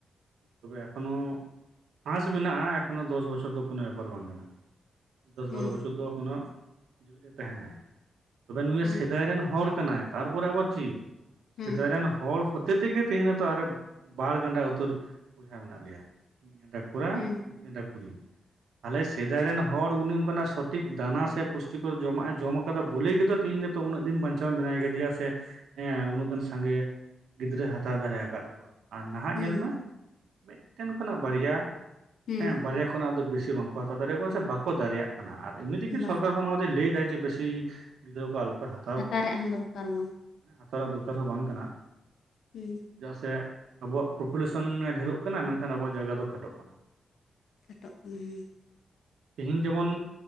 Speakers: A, on the right (about 85°); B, on the left (about 75°).
A: ᱛᱚᱵᱮ ᱮᱠᱷᱚᱱᱳ ᱟᱥ ᱢᱮᱱᱟᱜᱼᱟ ᱮᱠᱷᱚᱱᱚ ᱫᱚᱥ ᱵᱚᱪᱷᱚᱨ ᱫᱚ ᱠᱚᱱᱚ ᱵᱮᱯᱟᱨ ᱵᱟᱝ ᱠᱟᱱᱟ ᱫᱚᱥ
B: ᱦᱩᱸ
A: ᱵᱟᱨᱚ ᱵᱚᱪᱷᱚᱨ ᱫᱚ ᱮᱠᱷᱚᱱᱳ। ᱡᱮᱣᱮᱫ ᱮ ᱛᱟᱸᱦᱮᱱᱟᱭ ᱛᱚᱵᱮ ᱱᱩᱭ
B: ᱦᱩᱸ
A: ᱥᱮᱫᱟᱭ ᱨᱮᱱ ᱦᱚᱲ ᱠᱟᱱᱟᱭ ᱛᱟᱨᱯᱚᱨᱮ ᱟᱵᱟᱨ ᱪᱤᱫ
B: ᱦᱩᱸ
A: ᱥᱮᱫᱟᱭ ᱨᱮᱱ ᱦᱚᱲ ᱦᱚᱛᱮ ᱛᱮᱜᱮ ᱛᱮᱦᱮᱧ ᱟᱨᱮ ᱵᱟᱨ ᱜᱟᱱᱰᱟ ᱩᱛᱟᱹᱨ ᱵᱚᱭᱦᱟ ᱢᱮᱱᱟᱜ ᱞᱮᱭᱟ ᱢᱤᱫ ᱜᱟᱱᱰᱟ ᱠᱚᱲᱟ
B: ᱦᱩᱸ
A: ᱢᱤᱫ ᱜᱟᱱᱰᱟ ᱠᱩᱲᱤ ᱟᱞᱮ ᱥᱮᱫᱟᱭ ᱨᱮᱱ ᱦᱚᱲ ᱩᱱᱤ ᱚᱱᱠᱟᱱᱟᱜ ᱥᱚᱴᱷᱤᱠ ᱫᱟᱱᱟ ᱥᱮ ᱯᱩᱥᱴᱤ ᱴᱤ ᱠᱚᱨ ᱡᱚᱢᱟᱜ ᱮ ᱡᱚᱢ ᱟᱠᱟᱫᱟ ᱵᱚᱞᱮᱭ ᱜᱮᱛᱚ ᱛᱤᱦᱤᱧ ᱱᱤᱛᱚᱜ ᱩᱱᱟᱹᱜ ᱫᱤᱱ ᱵᱟᱧᱪᱟᱣ ᱢᱮᱱᱟᱭ ᱠᱟᱫᱮᱭᱟ ᱥᱮ ᱦᱮᱸ ᱩᱱᱟᱹᱜ ᱜᱟᱱ ᱥᱟᱸᱜᱮ ᱜᱤᱫᱽᱨᱟᱹ ᱦᱟᱛᱟᱣ ᱫᱟᱲᱮ ᱟᱠᱟᱫ ᱠᱚᱣᱟ। ᱟᱨ ᱱᱟᱦᱟᱜ
B: ᱦᱩᱸ
A: ᱧᱮᱞ ᱢᱮ ᱢᱤᱫᱴᱮᱱ ᱠᱷᱚᱱᱟᱜ ᱵᱟᱨᱭᱟ
B: ᱦᱩᱸ
A: ᱦᱮ ᱵᱟᱨᱭᱟ ᱠᱷᱚᱱᱟᱜ ᱫᱚ ᱵᱤᱥᱤ ᱵᱟᱝ। ᱦᱟᱛᱟᱣ ᱫᱟᱲᱮ ᱠᱚᱣᱟ ᱥᱮ ᱵᱟᱠᱚ ᱫᱟᱲᱮᱭᱟᱜ ᱠᱟᱱᱟ ᱟᱨ ᱮᱢᱱᱤᱛᱮᱜᱤ ᱥᱚᱨᱠᱟᱨ
B: ᱵᱟᱝ
A: ᱦᱚᱸ ᱱᱚᱣᱟ ᱞᱟᱹᱭ ᱫᱟᱭ ᱡᱮ ᱵᱮᱥᱤ ᱜᱤᱫᱽᱨᱚ ᱠᱚ ᱟᱞᱚᱯᱮ ᱦᱟᱛ
B: ᱦᱟᱛᱟ ᱨᱮᱭᱟᱜ ᱦᱚᱸ ᱫᱚᱨᱠᱟᱨ ᱵᱟᱝ।
A: ᱦᱟᱛᱟᱣ ᱨᱮᱱᱟᱜ ᱫᱚᱨ ᱠᱟᱨ ᱦᱚᱸ ᱵᱟᱝ ᱠᱟᱱᱟ।
B: ᱦᱩᱸ।
A: ᱪᱮ ᱫᱟᱜ ᱥᱮ ᱟᱵᱚᱣᱟᱜ ᱯᱚᱯᱩ ᱞᱮ ᱥᱚᱱ ᱰᱷᱮᱨᱚᱜ ᱠᱟᱱᱟ, ᱢᱮᱱ ᱠᱷᱟᱱ ᱟᱵᱚᱣᱟᱜ ᱡᱟᱭᱜᱟ ᱫᱚ ᱠᱷᱟ ᱴᱚᱜ ᱠᱟᱱᱟ।
B: ᱠᱷᱟ ᱴᱚᱜ ᱠᱟᱱᱟ ᱦᱮᱸ।
A: ᱦᱮᱦᱤᱧ ᱡᱮᱢᱚᱱ